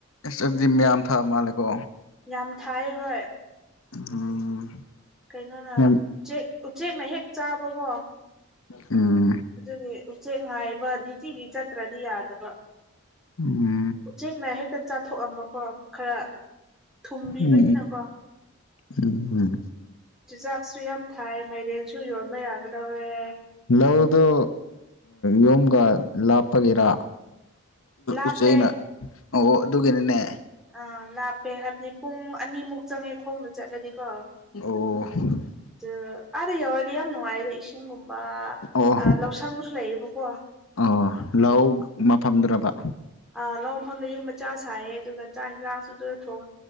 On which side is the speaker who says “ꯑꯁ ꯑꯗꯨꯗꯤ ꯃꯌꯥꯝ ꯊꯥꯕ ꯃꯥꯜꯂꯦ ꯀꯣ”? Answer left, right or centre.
Left